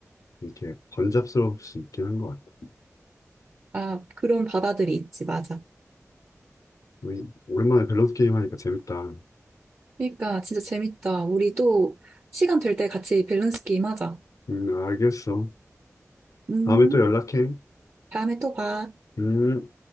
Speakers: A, on the left; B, on the right.
A: 이렇게 번잡스러울 수 있긴 한 것 같아.
B: 아, 그런 바다들이 있지. 맞아.
A: 우리 오랜만에 밸런스 게임 하니까 재밌다.
B: 그러니까 진짜 재밌다. 우리도 시간 될 때 같이 밸런스 게임 하자.
A: 음, 알겠어.
B: 음,
A: 다음에 또 연락해.
B: 다음에 또 봐.
A: 음.